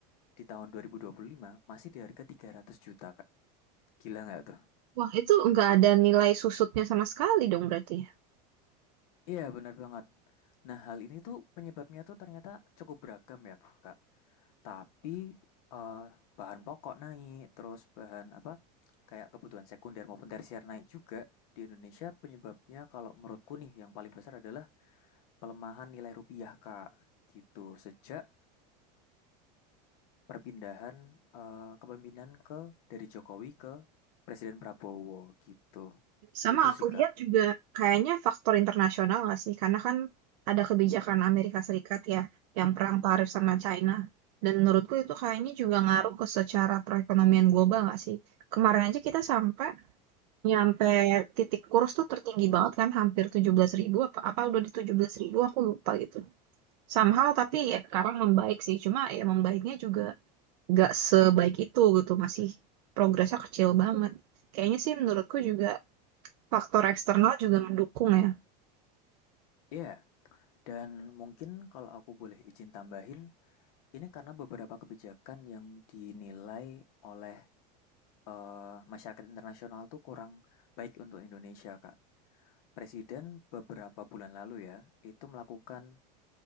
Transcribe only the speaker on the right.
Wah itu nggak ada nilai susutnya sama sekali dong berarti.
Sama
aku
lihat juga kayaknya faktor internasional nggak sih? Karena kan ada kebijakan Amerika Serikat ya yang perang tarif sama China. Dan menurutku itu kayaknya juga ngaruh ke secara perekonomian global nggak sih? Kemarin aja kita sampai nyampe titik kurs tuh tertinggi banget kan hampir tujuh belas ribu apa apa udah di 17.000 aku lupa gitu. Somehow tapi ya sekarang membaik sih cuma ya membaiknya juga nggak sebaik itu gitu masih progresnya kecil banget. Kayaknya sih menurutku juga faktor eksternal juga mendukung ya.